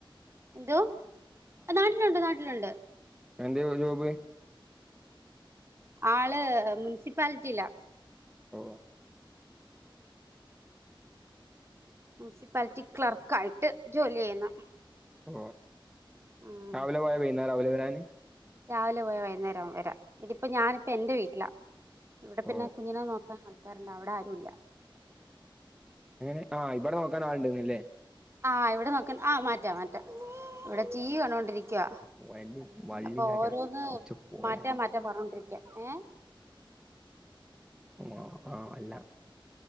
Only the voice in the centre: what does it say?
എന്ത് ജോബ്
ഓ
ഓ
രാവിലെ പോയാൽ പിന്നെ രാവിലെ വരാനു
ഓ
അങ്ങനെ ആ ഇവിടെ നോക്കാൻ ആളണ്ടന്നല്ലേ
പോയന്റ് വള്ളിണ്ടാക്കല്ലേ
കൊറച്ച് പോയാ
ഓ ആഹ് അല്ല